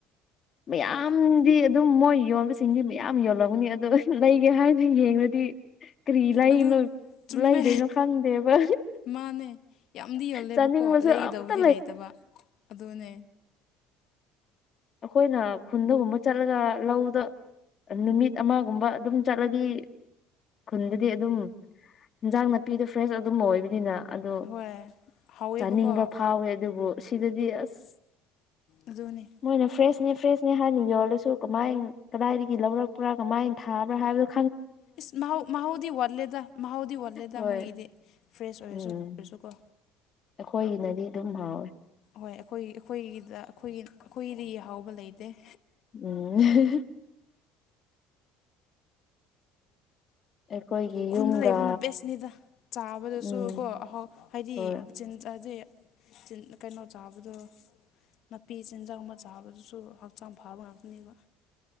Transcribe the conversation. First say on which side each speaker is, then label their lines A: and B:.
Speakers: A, on the left; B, on the left.
A: ꯃꯌꯥꯝꯗꯤ ꯑꯗꯨꯝ ꯃꯣꯏ ꯌꯣꯟꯕꯁꯤꯡꯗꯤ ꯃꯌꯥꯝ ꯌꯣꯜꯂꯝꯒꯅꯤ ꯑꯗꯣ ꯂꯩꯒꯦ ꯍꯥꯏꯗꯨꯅ ꯌꯦꯡꯗꯤ ꯀꯔꯤ ꯂꯩꯅꯣ
B: ꯑꯗꯨ ꯆꯨꯝꯃꯦ
A: ꯂꯩꯗꯣꯏꯅꯣ ꯈꯪꯗꯦꯕ
B: ꯃꯥꯅꯦ ꯌꯥꯝꯗꯤ ꯌꯣꯜꯂꯦꯕꯀꯣ
A: ꯆꯥꯅꯤꯡꯕꯁꯨ
B: ꯂꯩꯒꯗꯕꯨꯗꯤ
A: ꯑꯝꯇ
B: ꯂꯩꯇꯕ ꯑꯗꯨꯅꯦ
A: ꯑꯩꯈꯣꯏꯅ ꯈꯨꯟꯗꯒꯨꯝꯕ ꯆꯠꯂꯒ ꯂꯧꯗ ꯅꯨꯃꯤꯠ ꯑꯃꯒꯨꯝꯕ ꯑꯗꯨꯝ ꯆꯠꯂꯗꯤ ꯈꯨꯟꯗꯗꯤ ꯑꯗꯨꯝ ꯏꯟꯖꯥꯡ ꯅꯥꯄꯤꯗꯣ ꯐ꯭ꯔꯦꯁ ꯑꯗꯨꯝꯕ ꯑꯣꯏꯕꯅꯤꯅ ꯑꯗꯣ
B: ꯍꯣꯏ ꯍꯥꯎꯋꯦꯕꯀꯣ
A: ꯆꯥꯅꯤꯡꯕ ꯐꯥꯎꯋꯦ ꯑꯗꯨꯕꯨ ꯁꯤꯗꯗꯤ ꯑꯁ
B: ꯑꯗꯨꯗꯣꯅꯦ
A: ꯃꯣꯏꯅ ꯐ꯭ꯔꯦꯁꯅꯦ ꯐ꯭ꯔꯦꯁꯅꯦ ꯍꯥꯟꯅ ꯌꯣꯜꯂꯁꯨ ꯀꯃꯥꯏ ꯀꯗꯥꯏꯗꯒꯤ ꯂꯧꯔꯛꯄ꯭ꯔꯥ ꯀꯃꯥꯏꯅ ꯊꯥꯕ꯭ꯔꯥ ꯍꯥꯏꯕꯗꯨ
B: ꯏꯁ ꯃꯍꯥꯎ ꯃꯍꯥꯎꯗꯤ ꯋꯥꯔꯂꯦꯗ ꯃꯍꯥꯎꯗꯤ ꯋꯥꯔꯂꯦꯗ
A: ꯍꯣꯏ
B: ꯃꯣꯏꯒꯤꯗꯤ ꯐ꯭ꯔꯦꯁ ꯑꯣꯏꯔꯁꯨ
A: ꯎꯝ
B: ꯑꯣꯏꯔꯁꯨ ꯀꯣ
A: ꯑꯩꯈꯣꯏꯒꯤꯅꯗꯤ ꯑꯗꯨꯝ ꯍꯥꯎꯋꯦ
B: ꯍꯣꯏ ꯑꯩꯈꯣꯏ ꯑꯩꯈꯣꯏꯒꯤꯗ ꯑꯩꯈꯣꯏ ꯑꯩꯈꯣꯏꯗꯤ ꯌꯥꯍꯥꯎꯕ ꯂꯩꯇꯦ
A: ꯎꯝ ꯑꯩꯈꯣꯏꯒꯤ
B: ꯈꯨꯟꯗ
A: ꯌꯨꯝꯒ
B: ꯂꯩꯕꯅ ꯕꯦꯁꯅꯤꯗ ꯆꯥꯕꯗꯁꯨ
A: ꯎꯝ
B: ꯀꯣ ꯑꫭꯍꫭ ꯍꯥꯏꯗꯤ
A: ꯍꯣꯏ
B: ꯆꯤꯟ ꯑꯖꯦ ꯆꯤꯟ ꯀꯩꯅꯣ ꯆꯥꯕꯗꯣ ꯅꯥꯄꯤ ꯆꯤꯟꯖꯥꯛ ꯑꯃ ꯆꯥꯕꯗꯨꯁꯨ ꯍꯛꯆꯥꯡ ꯐꯕ ꯉꯥꯛꯇꯅꯦꯕ